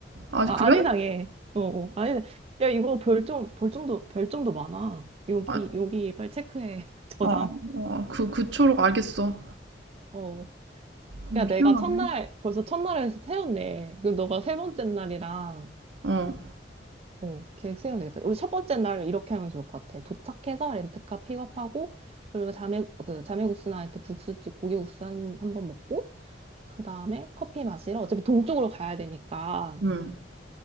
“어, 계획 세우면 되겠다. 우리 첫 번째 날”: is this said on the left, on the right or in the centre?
Right